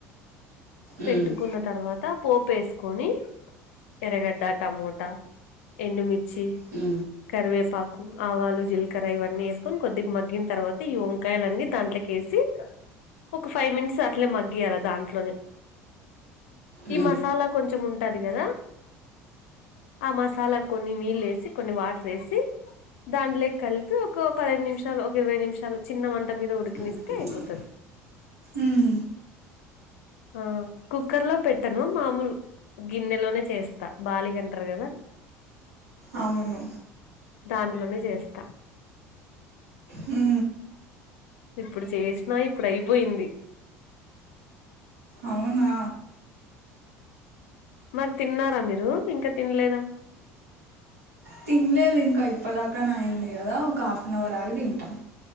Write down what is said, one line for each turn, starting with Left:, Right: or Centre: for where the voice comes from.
Right: ఉమ్,
Left: పెట్టుకున్న తర్వాత పోపు వేసుకొని ఎర్రగడ్డ టమోటా ఎండుమిర్చి
Right: ఉ
Left: కరివేపాకు ఆవాలు జీలకర్ర ఇవన్నీ వేసుకొని కొద్దిగా మగ్గిన తర్వాత ఈ వంకాయల అన్నీ దాంట్లో కేసి ఒక ఫైవ్ మినిట్స్ అట్లే మగ్గియాలా దాంట్లోనే ఈ
Right: ఉమ్, ఉమ్, ఉమ్, ఉమ్,
Left: మసాలా కొంచం ఉంటది కదా ఆ మసాలాకు కొన్ని నీళ్ళు వేసి కొన్ని వాటర్ వేసి దాంట్లోకి కలిపి ఒక పదిహేను నిమిషాలు ఒక ఇరవై నిమిషాలు చిన్న మంట మీద ఉడికనిస్తే
Right: ఉమ్, ఉమ్, ఉమ్.
Left: అయిపోతది
Right: ఉమ్,
Left: ఆ కుక్కర్ లో పెట్టను మామూలు గిన్నెలోనే చేస్తా బాలిగంటారు కదా
Right: అవును
Left: దాంట్లోనే చేస్తా
Right: ఊ
Left: ఇప్పుడు చేసినా ఇప్పుడు అయిపోయింది
Right: అవునా
Left: మరి తిన్నారా మీరు ఇంకా తినలేదా
Right: తినలేదు ఇంకా ఇప్పదాకానా అయింది కదా ఒక హాఫ్ అన్ అవర్ ఆగి తింటాం